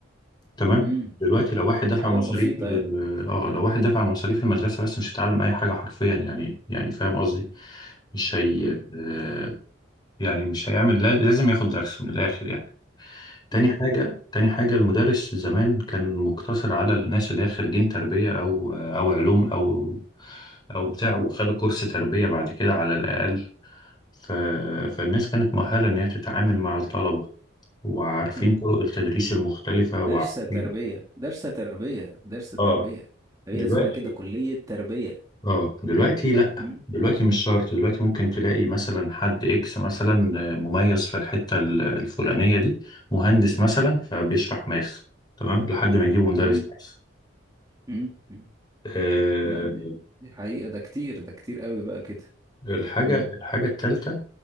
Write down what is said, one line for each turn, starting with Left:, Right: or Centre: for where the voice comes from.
Left: تمام
Right: امم
Left: دلوقتي
Right: امم
Left: لو واحد
Right: كانت
Left: دفع
Right: حاجات
Left: مصاريف
Right: بسيطة
Left: ال-
Right: يعني
Left: اه لو واحد دفع مصاريف المدرسة بس مش هيتعلم أي حاجة حرفيا يعني يعني فاهم قصدي مش هي
Right: امم
Left: آه، يعني مش هيعمل لا- لازم ياخد درس من الآخر يعني تاني
Right: امم
Left: حاجة تاني حاجة المدرس زمان كان مقتصر على الناس اللي هي خريجين تربية أو أو علوم أو أو بتاع وخدوا كورس تربية بعد كده على الأقل ف... فالناس كانت مؤهلة إن هي تتعامل مع الطلبة وعارفين
Right: امم
Left: طرق التدريس المختلفة
Right: درس
Left: وعارفين
Right: تربية درس تربية درس تربية
Left: آه
Right: هي
Left: دلوقتي
Right: اسمها كده كلية تربية
Left: اه دلوقتي لا
Right: مم.
Left: دلوقتي مش شرط دلوقتي ممكن تلاقي مثلا حد اكس مثلا مميز في الحتة ال- الفلانية دي مهندس مثلا فبيشرح ماث تمام لحد ما يجيبه مدرس
Right: مم.
Left: ماث
Right: مم. مم.
Left: آه،
Right: لا دي دي حقيقة ده كتير ده كتير قوي بقى كده
Left: الحاجة
Right: مم.
Left: الحاجة التالتة